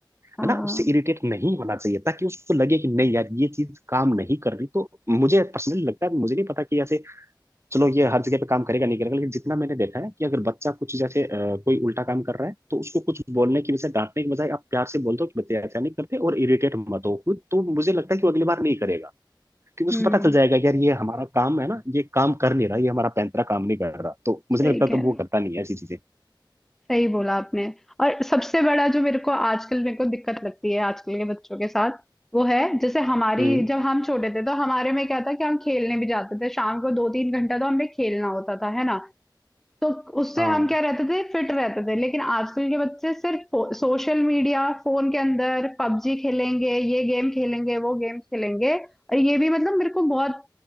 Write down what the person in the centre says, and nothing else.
हाँ,
हुँ,
सही
कह
रहे
हैं,
सही बोला आपने और सबसे बड़ा जो मेरे को आजकल मेरे को दिक्कत लगती है आजकल के बच्चों के साथ, वो है जैसे हमारी
जब हम छोटे थे तो हमारे में क्या था कि हम खेलने भी जाते थे, शाम को 2-3 घंटा तो हमें खेलना होता था, है ना? तो उससे
हम क्या रहते थे फिट रहते थे लेकिन आजकल के बच्चे सिर्फ सोशल मीडिया फोन के अंदर पबजी खेलेंगे ये गेम खेलेंगे वो गेम खेलेंगे और ये भी मतलब मेरे को बहुत